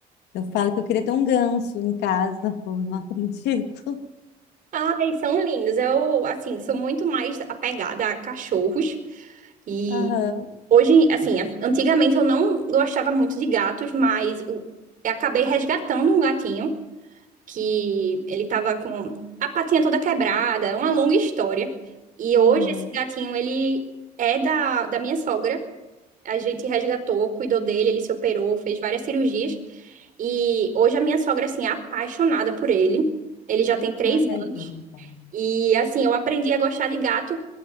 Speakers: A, on the left (about 85°); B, on the right (about 50°).
A: Eu falo que eu queria ter um ganso em casa, <laughs> pô, não acredito.
B: Ai, são lindos. Eu, assim, sou muito mais apegada a cachorros. E
A: Aham,
B: hoje, assim, a- antigamente eu não gostava muito de gatos, mas o- eu acabei resgatando um gatinho. que ele tava com a patinha toda quebrada, é uma longa história. E
A: uhum.
B: hoje esse gatinho, ele é da, da minha sogra. A gente resgatou, cuidou dele, ele se operou, fez várias cirurgias. E hoje a minha sogra, assim, é apaixonada por ele. Ele já tem três
A: Ai, que legal.
B: e assim, eu aprendi a gostar de gato